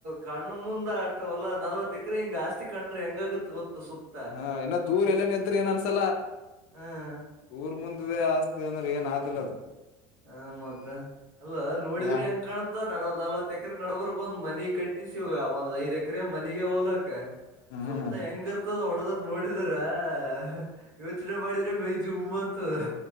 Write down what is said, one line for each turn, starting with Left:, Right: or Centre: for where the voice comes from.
Right: ಕಣ್ಣ ಮುಂದ ಅಟ್ಟ ಹೊಲ ನಲವತ್ತ್ ಎಕ್ರೆ ಹಿಂಗ ಆಸ್ತಿ ಕಣ್ರ ಹೆಂಗ ಆಗತ್ತ ಗೊತ್ತ ಸುತ್ತ
Left: ಹಾ ಇನ್ನು ದೂರ ಎಲ್ಲೇನ ಇದ್ರ ಏನ್ ಅನ್ಸಲ
Right: ಹ್ಮ್
Left: ಊರ್ ಮುಂದೆ ಇದ ಆಸ್ತಿ ಅಂದ್ರೆ ಏನ್ ಆದಿಲ್ಲ ಅದ
Right: ಹ ಮತ್ತ <inaudible> ಅಲ್ಲ ನೋಡಿದ್ರ
Left: ಯಾ
Right: ಹೆಂಗ್ ಕಾಣತ್ತ ನಡವ ನಲವತ್ ಎಕರೆ ನಡಡ್ಬರ್ಗ ಒಂದ್ ಮನಿಗೆ ಕಟ್ಟಿಸಿಗ ಇವಾಗ್ ಒಂದ್ ಐದ ಎಕರೆ ಮನಿಗೆ ಹೋಲಕ್ಕ
Left: ಹ್ಮ್
Right: ಸುತ್ತ ಹೆಂಗ ಇರತ್ತ <unintelligible> ಹೊಡದ್ರ ನೋಡಿದ್ರ <inaudible> ಯೋಚನೆ ಮಾಡಿದ್ರೆ ಮೈ ಜುಮ ಅಂತದ